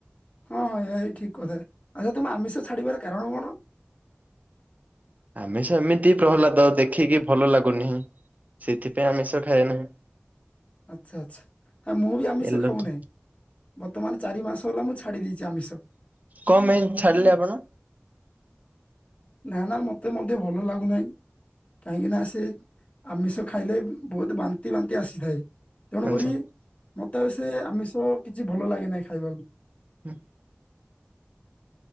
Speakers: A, on the left; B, on the right.
A: ହଁ ହଁ ଏ ଠିକ କଥା ଆଚ୍ଛା ତୁମେ ଆମିଷ ଛାଡିବାର କାରଣ କଣ।
B: ଆମେ ସେ ଏମିତି ପ୍ରହ୍ଲାଦ ଦେଖିକି ଭଲ ଲାଗୁନି। ସେଥିପାଇଁ ଆମେଷ ଖାଏ ନାହିଁ।
A: ଆଚ୍ଛା ଆଚ୍ଛା ମୁଁ ବି ଆମିଷ
B: ଏଲର୍ଜି
A: ଖାଉନାହିଁ ବର୍ତ୍ତମାନ ଚାରି ମାସ ହେଲା ମୁଁ ଛଡ଼ି ଦେଇଛି ଆମୀଷ।
B: କମ ପାଇଁ ଛାଡିଲେ ଆପଣ?
A: ନାଁ ନାଁ ମତେ ମଧ୍ୟ ଭଲ ଲାଗୁନାହିଁ। କାହିଁକି ନା ସେ ଆମିଷ ଖାଇଲେ ବହୁତ ବାନ୍ତି ବାନ୍ତି ଆସିଥାଏ ତେଣୁକରି
B: ଆଚ୍ଛା
A: ମତେ ସେ ଆମିଷ କିଛି ଭଲ ଲାଗେ ନାହିଁ ଖାଇବାକୁ।
B: ହୁଁ।